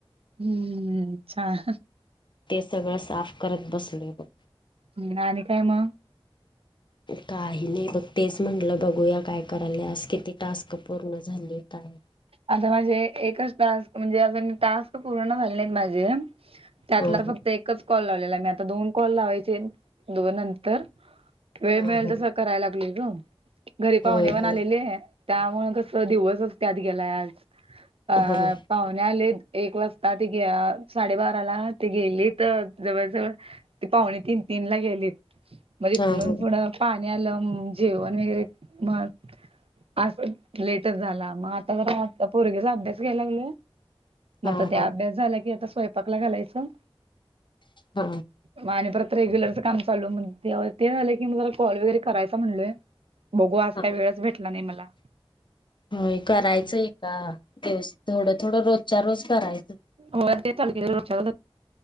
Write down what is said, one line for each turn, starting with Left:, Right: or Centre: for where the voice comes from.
Right: हम्मच्छा.
Left: ते सगळं साफ करत बसले बघ.
Right: ह् आणि काय मग.
Left: काय? नाही बघ तेच म्हटलं बघूया काय करायला आज किती टास्क पूर्ण झाले काय?
Right: आता माझे एकच टास्क म्हणजे अून टास्क पूर्ण झालेलेत माझे. त्यातला
Left: हा ह
Right: फक्त एक. एकच कॉल लावलेला मी आता दोन कॉल लावायचे दोन नंतर वेळ
Left: हा
Right: मिळेल
Left: ह
Right: तर स करा लाग घरी पाह
Left: होय
Right: पण
Left: होय
Right: आ त्या कस दिवस गेलाय आज अ
Left: होय
Right: पाहुणे आले एक वाजता ते साडेबाराला ते गेलेत जवळजवळ त पाहुणे तीन तीन ला गेलीत मज
Left: हा ह
Right: नोन पन पाण्या आलंम जेवण वगैरे मग अस लेटर झाला मग त्या पोरंगीचा अभ्यास घ्यायला लागलोय म
Left: हा
Right: आता ते
Left: हा
Right: अभ्यास झाला की आता स्वय पाकला घालायचं
Left: ह्
Right: म आणि परत रेग्युलरचं काम चालू म ते ते झालं की म जरा कॉल वगैरे करायचा म्हणलोय, बघू आज
Left: हा
Right: काय वेळच भेटला नाही मला‍,
Left: होय करायचं आहे का दिवस थोडं थोडं रोजच्या रोज करायचं
Right: होर ते ल